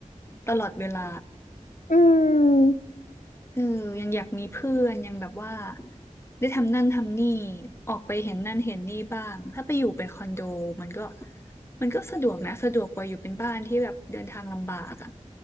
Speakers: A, on the left; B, on the left.
A: ตลอดเวลา
B: อืม
A: เออยังอยากมีเพื่อนยังแบบว่าได้ทำนั่นทำนี่ออกไปเห็นนั่นเห็นนี่บ้างถ้าไปอยู่เป็นคอนโดมันก็มันก็สะดวกนะสะดวกกว่าอยู่เป็นบ้านที่แบบเดินทางลำบากอะ